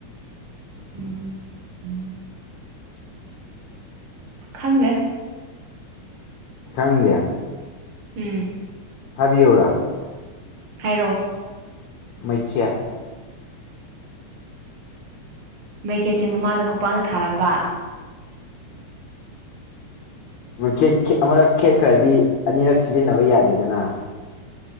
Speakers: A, on the right; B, on the left.
A: ꯎꯝ ꯎꯝ ꯈꯪꯗꯦ
B: ꯈꯪꯗꯤꯌꯦ
A: ꯎꯝ
B: ꯍꯥꯏꯕꯤꯌꯨꯨꯔꯥ
A: ꯍꯥꯏꯔꯣ
B: ꯃꯩꯈꯦꯠ
A: ꯃꯩꯈꯦꯠꯁꯦ ꯃꯃꯥꯗ ꯈꯨꯄꯥꯛꯅ ꯊꯥꯔꯝꯕ
B: ꯃꯈꯦꯠ ꯈꯦꯠ ꯑꯃꯔꯛ ꯈꯦꯠꯈ꯭ꯔꯗꯤ ꯑꯅꯤꯔꯛ ꯁꯤꯖꯤꯟꯅꯕ ꯌꯥꯗꯦꯗꯅ